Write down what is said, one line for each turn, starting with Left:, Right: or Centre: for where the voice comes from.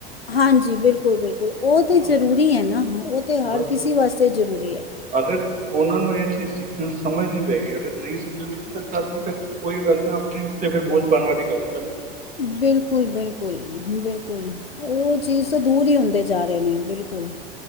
Left: ਹਾਂਜੀ, ਬਿਲਕੁਲ-ਬਿਲਕੁਲ, ਉਹ ਤੇ
Right: ਹਾਂ
Left: ਜ਼ਰੂਰੀ ਏ ਨਾ, ਉਹ ਤੇ ਹਰ
Right: ਬਸ
Left: ਕਿਸੀ ਵਾਸ ਤੇ ਜਰੂਰੀ ਐ।
Right: ਅਗਰ, ਉਨ੍ਹਾਂ ਨੂੰ ਏਹ ਚੀਜ਼ ਸਿੱਖਣ ਸਮਝਨੀ ਪਏਗੀ, ਅਗਰ ਨਈ ਸਮਝਨਗੇ, ਤੇ ਫਿਰ <unintelligible> ਔਈਉ ਗੱਲ ਐ ਨਾ, ਅਪਣੀ ਉੱਤੇ ਫੇਰ ਬੋਝ ਪਾਣ ਵਾਲੀ ਗੱਲ ਐ।
Left: ਬਿਲਕੁਲ ਬਿਲ ਕੁਲ ਬਿਲਕੁਲ ਉਹ ਚੀਜ਼ ਤੋਂ ਦੂਰ ਹੀ ਹੁੰਦੇ ਜਾ ਰਹੇ ਨੇ ਬਿਲਕੁਲ